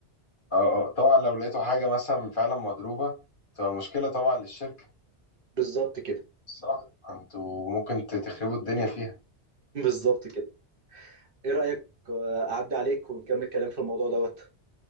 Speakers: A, on the left; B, on the right.
A: اه آه. طبعا لو لقيتوا حاجه مثلا فعلا مضروبه تبقى مشكله طبعا للشركه
B: بالظبط كده
A: صح انتوا ممكن ت- تخربوا الدنيا فيها
B: <laughs> بالظبط كده ايه رأيك آه، اعدي عليك ونكمل كلام في الموضوع دوت